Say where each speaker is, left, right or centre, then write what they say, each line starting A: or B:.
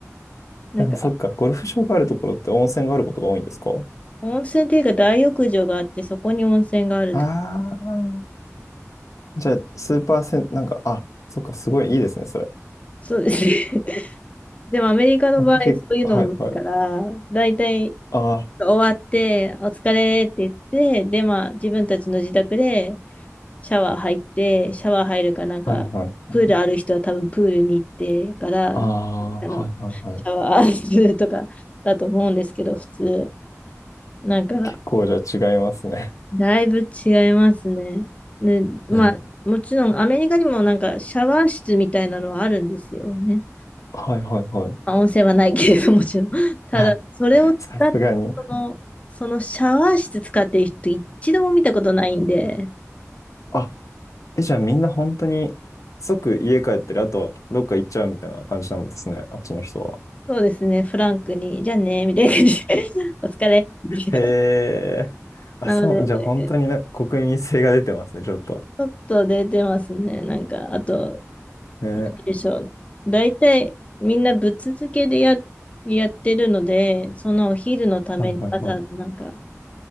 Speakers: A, on the left; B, on the left.
A: <laughs>
B: なんか、
A: でもそっか、ゴルフ場があるところって温泉があることが多いんですか
B: 温泉っていうか大浴場があって、そこに温泉があるってか。
A: ああー、じゃあ、スーパーセン、なんか、あ、そっか、すごいいいですね、それ。
B: そうですね。<laughs> でもアメリカの場合、
A: 僕結はいはい。
B: そういうのもないから、だいたい
A: あ
B: 終わって、お疲れって言って、で、まあ、自分たちの自宅でシャワー入って、シャワー入るかなんか、
A: あ、はいはい。
B: プールある人は多分プールに行ってから、
A: ああ、
B: あの、
A: はいはいはい。
B: シャワーするとかだと思うんですけど、普通。なんか、
A: 結構じゃあ違いますね。
B: だいぶ違いますね。ね、まあ、
A: <laughs> ね。
B: もちろんアメリカにもなんかシャワー室みたいなのはあるんですよね。
A: はいはいはい。
B: まあ、温泉はないけれどもちろん。<laughs> ただ、
A: <laughs> あ
B: それを使っ、
A: さすがに。
B: その、そのシャワー室使ってる人一度も見たことないんで、
A: あ、え、じゃあみんな本当に即家帰ってる、あとはどっか行っちゃうみたいな感じなんですね。あっちの人は。
B: そうですね、フランクに、じゃあね、みたいな感じで、<laughs> お疲れ。<laughs>
A: へえ。あ、
B: なので、
A: そう、じゃあ本当になんか国民性が出てますね、
B: ち
A: ちょっと。
B: ょっと出てますね。なんか、あと、
A: ね。
B: でしょう。大体みんなぶっ続けでや、やってるので、そのお昼のためにわざわざなんか
A: はいはいはい。